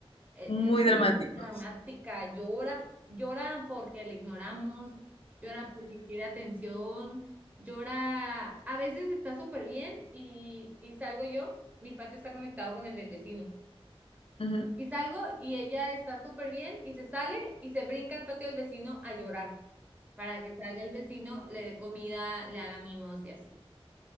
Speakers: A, on the right (about 15°); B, on the left (about 65°).
A: Eh,
B: muy
A: Es,
B: dramáticos.
A: bien dramática, llora, llora porque le ignoramos, llora porque quiere atención, llora. A veces está súper bien y, y salgo yo, mi patio está conectado con el del vecino.
B: Ujú.
A: Y salgo y ella está súper bien y se sale y se brinca al patio del vecino a llorar. Para que salga el vecino, le dé comida, le haga mimos y así.